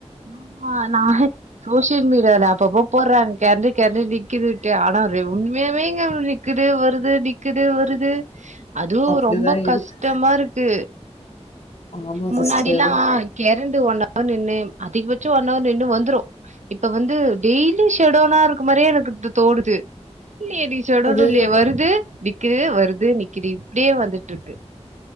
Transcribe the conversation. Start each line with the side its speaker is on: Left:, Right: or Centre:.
Right: ஆமா நா சோசியல் மீடியால அப்பப்போ போடுறாங்க கெரண்டு கெரண்டு நிக்குது விட்டு ஆனா உண்மையாவே இங்க நிக்குது வருது நிக்குது வருது அதுவு
Left: அப்படிதான்
Right: ரொம்ப கஷ்டமா
Left: இருக்கு
Right: இருக்கு
Left: ஆமா
Right: முன்னாடில்லா
Left: சிஸ்டர்
Right: கெரன் ட் ஒன்ஹவர் நின்னு அதிகபட்சோ ஒன்னவர் நின்னு வந்துரு இப்ப வந்து டெய்லி ஷட்டௌனா இருக்க மாறியே எனக் த தோணுது இல்லியே ‌இன்னைக் ஷடௌன்லா
Left: அது
Right: இல்லியே வருது வி நிக்கு வருது நிக்குது இப்டியே வந்துட்டு இருக்கு